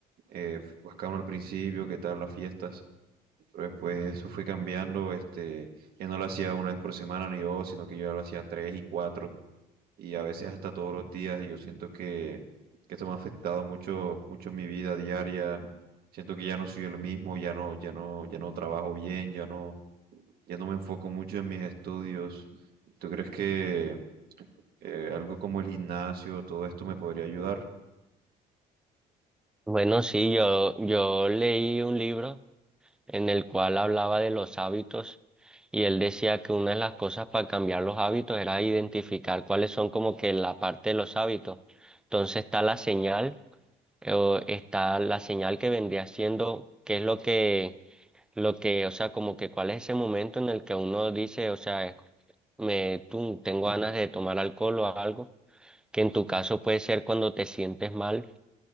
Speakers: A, on the right; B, in the centre.
A: eh, bacano al principio, qué tal las fiestas, pero después eso fue cambiando, este que no lo hacía una vez por semana ni dos, sino que yo ya lo hacía tres y cuatro y a veces hasta todos los días y yo siento que, que esto me ha afectado mucho, mucho en mi vida diaria. Siento que ya no soy el mismo, ya no, ya no, ya no trabajo bien, ya no, ya no me enfoco mucho en mis estudios. ¿Tú crees que eh, algo como el gimnasio, todo esto me podría ayudar?
B: Bueno, sí, yo, yo leí un libro en el cual hablaba de los hábitos y él decía que una de las cosas para cambiar los hábitos era identificar cuáles son como que la parte de los hábitos. Entonces está la señal. o está la señal que vendría siendo, qué es lo que, lo que, o sea, como que cuál es ese momento en el que uno dice, o sea, me, tú, tengo ganas de tomar alcohol o algo, que en tu caso puede ser cuando te sientes mal.